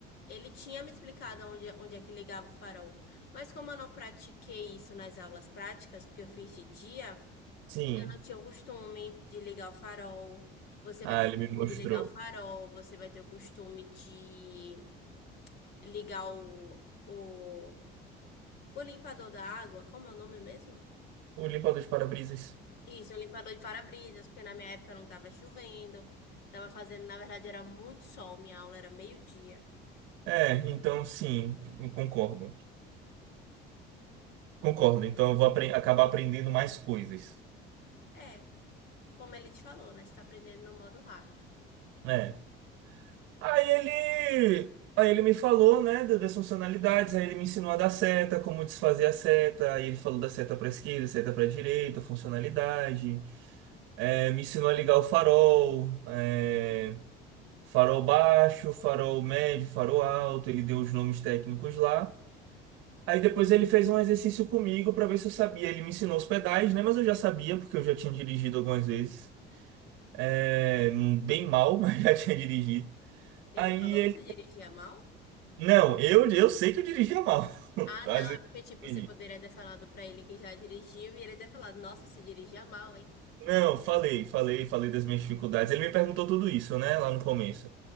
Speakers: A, on the left; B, on the right.
A: Ele tinha me explicado onde, é, onde é que ligava o farol. Mas como eu não pratiquei isso nas aulas práticas, porque eu fiz de dia,
B: Sim.
A: eu não tinha o costume de ligar o farol. Você
B: Ah,
A: vai ter o
B: ele me
A: costume
B: mostrou.
A: de ligar o farol, você vai ter o costume de ligar o, o, o limpador da água. Como é o nome mesmo?
B: O limpador de para-brisas.
A: Isso, o limpador de para-brisas, porque na minha época não estava chovendo. estava fazendo, na verdade, era muito sol, minha aula era meio-dia.
B: É, então sim, eu concordo. Concordo, então eu vou apren- acabar aprendendo mais coisas.
A: É. Como ele te falou, né? Você tá aprendendo no modo hard.
B: É. Aí ele, aí ele me falou, né, da- das funcionalidades, aí ele me ensinou a dar seta, como desfazer a seta, aí ele falou da seta para esquerda, seta para direita, funcionalidade, É, me ensinou a ligar o farol, é, farol baixo, farol médio, farol alto, ele deu os nomes técnicos lá. Aí depois ele fez um exercício comigo para ver se eu sabia. Ele me ensinou os pedais, né, mas eu já sabia porque eu já tinha dirigido algumas vezes, É, bem mal, <laughs> mas já tinha dirigido.
A: Ele
B: Aí
A: falou que você dirigia mal?
B: Não, eu, eu sei que eu dirigia mal. <laughs>
A: Ah,
B: Às
A: não,
B: vezes
A: é porque, tipo,
B: eu
A: você
B: dirigi.
A: poderia ter falado pra ele que já dirigiu e ele ter falado, nossa, você dirigia mal, hein?
B: Não, falei, falei, falei das minhas dificuldades. Ele me perguntou tudo isso, né, lá no começo.